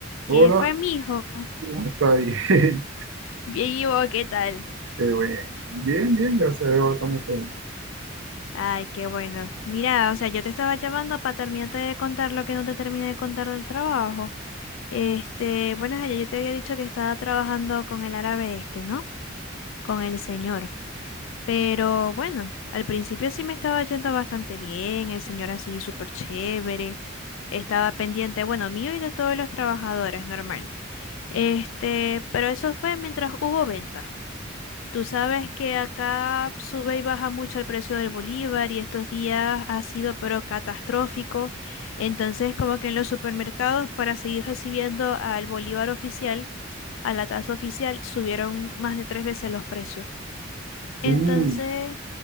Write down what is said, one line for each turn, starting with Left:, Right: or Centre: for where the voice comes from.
Right: Hola,
Left: ¿Qué fue, mi hijo?
Right: ¿cómo está ahí? <laughs> Qué
Left: Bien, ¿y vos qué tal?
Right: bien. Bien, bien, gracias a Dios, estamos todos bien.
Left: Ay, qué bueno. Mira, o sea, yo te estaba llamando para terminarte de contar lo que no te terminé de contar del trabajo. Este, bueno, ayer yo te había dicho que estaba trabajando con el árabe este, ¿no? Con el señor. Pero bueno, al principio sí me estaba yendo bastante bien, el señor así súper chévere. Estaba pendiente, bueno, mío y de todos los trabajadores, normal. Este, pero eso fue mientras hubo venta. Tú sabes que acá sube y baja mucho el precio del bolívar y estos días ha sido pero catastrófico. Entonces, como que en los supermercados, para seguir recibiendo al bolívar oficial, a la tasa oficial, subieron más de tres veces los precios. Entonces,
Right: Uy,